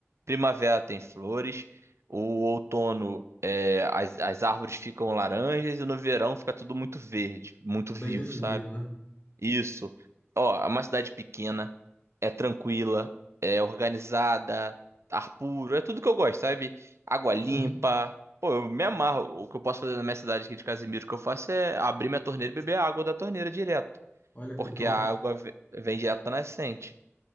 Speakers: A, on the right; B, on the left.
A: primavera tem flores, o outono. é, as, as árvores ficam laranjas e no verão fica tudo muito verde, muito
B: Bem
A: vivo,
B: definido,
A: sabe?
B: né?
A: Isso. Ó, é uma cidade pequena, é tranquila, é organizada, ar puro, é tudo que eu gosto, sabe? Água limpa.
B: Uhum.
A: Pô, eu me amarro. O que eu posso fazer na minha cidade aqui de Casimiro, que eu faço é abrir minha torneira e beber a água da torneira direto,
B: Olha que
A: porque
B: top.
A: a água ve- vem direto da nascente.